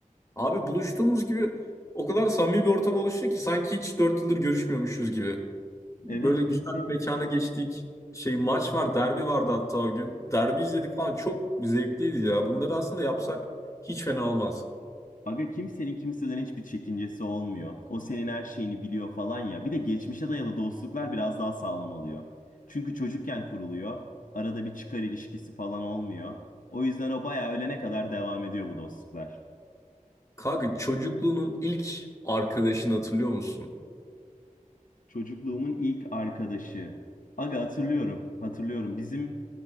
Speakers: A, on the left; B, on the left.
A: Abi buluştuğumuz gibi o kadar samimi bir ortam oluştu ki sanki hiç 4 yıldır görüşmüyormuşuz gibi. Böyle
B: Evet kimsenin
A: güzel bir mekana geçtik. Şey maç var, derbi vardı hatta o gün. Derbi izledik falan çok zevkliydi ya. Bunları aslında yapsak hiç fena olmaz.
B: Aga kimsenin kimseden hiçbir çekincesi olmuyor. O senin her şeyini biliyor falan ya. Bir de geçmişe dayalı dostluklar biraz daha sağlam oluyor. Çünkü çocukken kuruluyor. Arada bir çıkar ilişkisi falan olmuyor. O yüzden o bayağı ölene kadar devam ediyor bu dostluklar.
A: Kanka çocukluğunun ilk arkadaşını hatırlıyor musun?
B: Çocukluğumun ilk arkadaşı. Aga hatırlıyorum, hatırlıyorum. Bizim